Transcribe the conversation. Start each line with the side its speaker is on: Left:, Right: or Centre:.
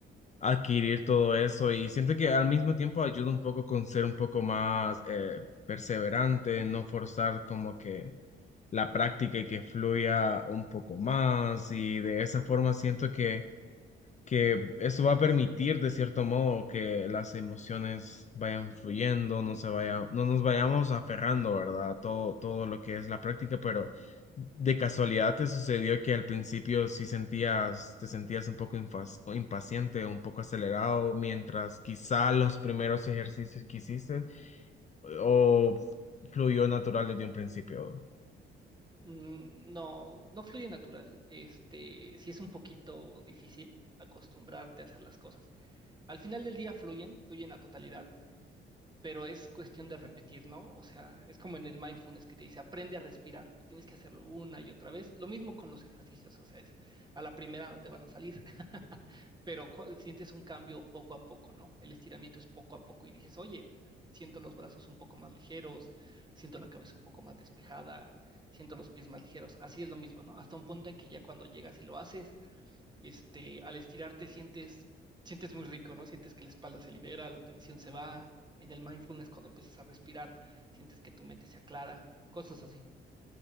Left: adquirir todo eso y siento que al mismo tiempo ayuda un poco con ser un poco más eh, perseverante, no forzar como que la práctica y que fluya un poco más y de esa forma siento que que eso va a permitir de cierto modo que las emociones vayan fluyendo, no se vaya, no nos vayamos aferrando, ¿verdad? A todo, todo lo que es la práctica, pero de casualidad te sucedió que al principio sí sentías, te sentías un poco infas- impaciente, un poco acelerado, mientras quizá los primeros ejercicios que hiciste o fluyó natural desde un principio.
Right: Mm, No, no fluye natural. Este, sí es un poquito difícil acostumbrarte a hacer las cosas. Al final del día fluyen, fluyen a totalidad pero es cuestión de repetir, ¿no? O sea, es como en el mindfulness que te dice, aprende a respirar y tienes que hacerlo una y otra vez. Lo mismo con los ejercicios, o sea, es, a la primera no te van a salir, <laughs> pero ju- sientes un cambio poco a poco, ¿no? El estiramiento es poco a poco y dices, oye, siento los brazos un poco más ligeros, siento la cabeza un poco más despejada, siento los pies más ligeros. Así es lo mismo, ¿no? Hasta un punto en que ya cuando llegas y lo haces, este, al estirarte sientes, sientes muy rico, ¿no? Sientes que la espalda se libera, la tensión se va. En el mindfulness, cuando empiezas a respirar, sientes que tu mente se aclara, cosas así.